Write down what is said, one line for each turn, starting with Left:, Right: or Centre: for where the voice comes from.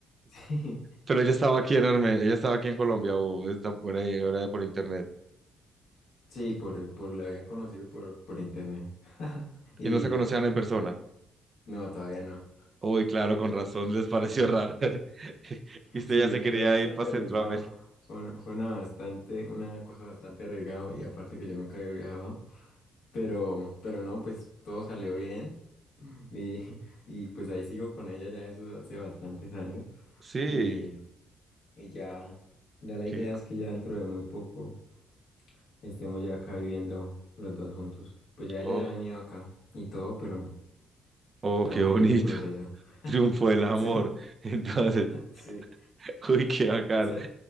Left: <laughs> sí,
Right: Pero ella estaba aquí en Armenia, ella estaba aquí en Colombia o está por ahí, ahora por internet.
Left: sí, por, por la había conocido por, por internet. <laughs> Y
Right: Y no se conocían en persona.
Left: no, todavía no.
Right: Uy, claro, con razón les pareció raro. <laughs> Y usted
Left: Sí,
Right: ya se quería
Left: fue bastante
Right: ir para
Left: arriesgado.
Right: Centroamérica.
Left: Fue una, fue una bastante, una cosa bastante arriesgada y aparte que yo nunca había viajado. Pero, pero no, pues todo salió bien y, <laughs> y pues ahí sigo con ella ya eso hace bastantes años
Right: Sí,
Left: y, y ya, ya la
Right: qué,
Left: idea es que ya dentro de muy poco estemos ya acá viviendo los dos juntos. Pues ya
Right: oh,
Left: ella ya ha venido acá y todo, pero
Right: oh,
Left: estamos
Right: qué bonito.
Left: en ese proceso.
Right: <laughs>
Left: <laughs>
Right: Triunfo del amor.
Left: Sí,
Right: Entonces,
Left: sí.
Right: <laughs> uy, qué bacano.
Left: Esa-